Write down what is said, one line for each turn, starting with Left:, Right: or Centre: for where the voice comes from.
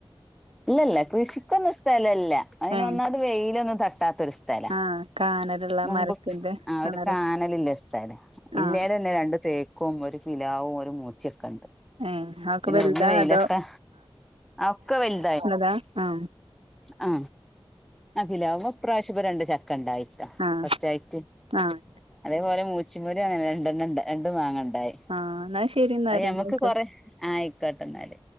Centre: ഇല്ലില്ല കൃഷിക്കൊന്ന് സ്ഥലല്ല അതിനൊന്നാത്
Right: ഏഹ്
Centre: വെയിലൊന്നും തട്ടാത്തരു സ്ഥലാ
Right: ആഹ് കാനലുള്ള
Centre: മുമ്പ്
Right: മരത്തിന്റെ
Centre: ആ
Right: തണലൊക്കെ
Centre: ഒരു കാനല്‌ല്ലാസ്ല് ഇല്ലാല
Right: ആഹ്
Centre: തന്നെ രണ്ട് തേക്ക് ക്കും ഒരു പിലാവും ഒരു മൂച്ചക്ക ണ്ട്
Right: ഏഹ് അതൊക്കെ
Centre: പിന്നെ
Right: വലുതാ
Centre: ഒന്ന് വെയിലൊക്കെ
Right: അതോ
Centre: ഒക്കെ വല്
Right: അതാ ആഹ
Centre: ആ അ പിലാവുമ്മെ ഈ പ്രാവശ്യം രണ്ട് ച ക്കണ്ടായിട്ട
Right: ആഹ്
Centre: ഫസ്റ്റ് ആയിട്ട്
Right: ആഹ്
Centre: അതേപോലെ മൂച്ചിമര അങ്ങന രണ്ടെണ്ണം ഉണ്ട രണ്ടു മാങ്ങണ്ടായി
Right: ആഹ് എന്നാ ശരി എന്നാല്
Centre: അത് ഞമക്ക് കൊറെ ആയിക്കോട്ടന്നല്